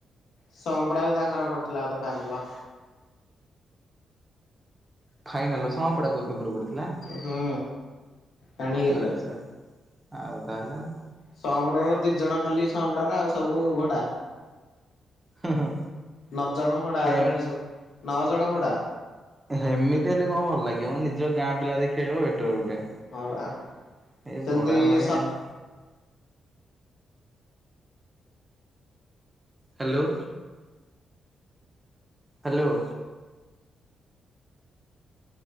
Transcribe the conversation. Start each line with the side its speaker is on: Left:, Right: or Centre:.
Left: ସୋମ୍ପଡା ବି ତାଙ୍କର ପଡିଥିଲା ବୋଧେ ଫାଇନାଲ।
Right: ଫାଇନାଲ ସମପଡ଼ା କୁ ଅଭାୟପୂରୁ ପଡ଼ିଥିଲା
Left: ହୁଁ ପାଣିରେ।
Right: ଆଚ୍ଛା। ଆଉ ତାହେଲେ ଆଉ।
Left: ଶଅପଡାର ଦି ଜଣ ଖାଲି ଶଅପଡାର ଆଉ ସବୁ ଭଡା।
Right: ହୁଁ ହୁଁ
Left: ନଅ ଜଣ ଭଡା
Right: ହେମ୍
Left: ଆ କ ଆଣି ନଅ ଜଣ ଭଡା।
Right: ଏମିତି ହେଲେ କଣ ଭଲ ଲାଗିବ ମୁଁ ନିଜ ଗାଁ ପିଲା ଦେଇ ଖେଳିବ ବେଟର ଗୋଟେ।
Left: ହଁ ବା
Right: ଏଇ
Left: ସେମିତି
Right: ଭଡା ଭଡା
Left: ସ
Right: ଆଣି ହ୍ୟାଲୋ। ହ୍ୟାଲୋ।